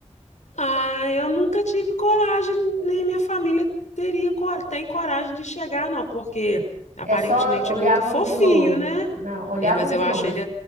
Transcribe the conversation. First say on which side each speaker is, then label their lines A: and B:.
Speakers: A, on the left; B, on the right.
A: Ah, eu nunca tive coragem, nem minha família teria, cor- tem coragem de chegar, não, porque aparentemente
B: é só olhavam
A: é muito fofinho,
B: de longe.
A: né?
B: né? Não, olhavam
A: É, mas eu
B: de
A: acho
B: longe.
A: ele,